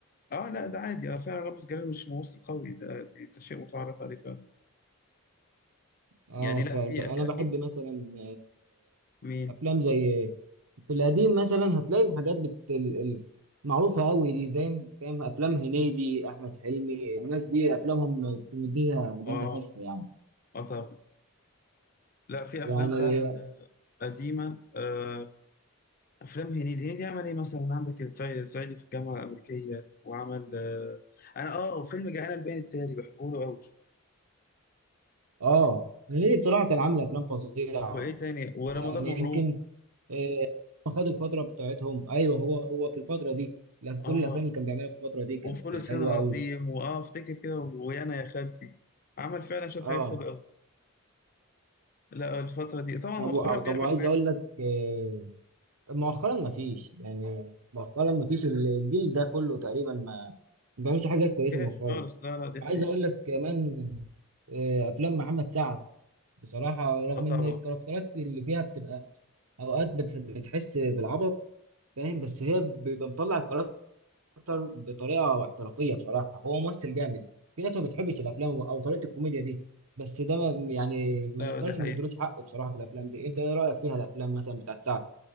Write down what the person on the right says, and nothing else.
اه
فانا
بحب
مثلا
آه، افلام زي في القديم مثلا هتلاقي الحاجات بت... ال- ال- معروفة قوي دي زي فاهم افلام هنيدي احمد حلمي الناس دي افلامهم كوميدية
جامدة فشخ يعني
يعني
اه هنيدي بصراحة كان عامل افلام فظيعة
يعني
يمكن آه، خد الفترة بتاعتهم ايوه هو هو في الفترة دي لا، كل
الافلام اللي كان بيعملها في الفترة دي كانت
حلوة
قوي
اه
طب
طب وعايز
اقول لك آه، مؤخرا ما فيش يعني مؤخرا ما فيش الجيل ده كله تقريبا ما ما بيعملش حاجات كويسه
مؤخرا
عايز
اقول لك كمان آه، افلام محمد سعد بصراحه رغم
ان الكاركترات في اللي فيها بتبقى اوقات بت- بتحس بالعبط فاهم بس هي بيبقى مطلع الكاركتر بطريقه احترافيه بصراحه هو ممثل جامد في ناس ما بتحبش الافلام او طريقه الكوميديا دي بس ده ما يعني ما
نقدرش
ما ندروش حقه بصراحه في الافلام دي انت ايه رايك فيها الافلام مثلا بتاعت سعد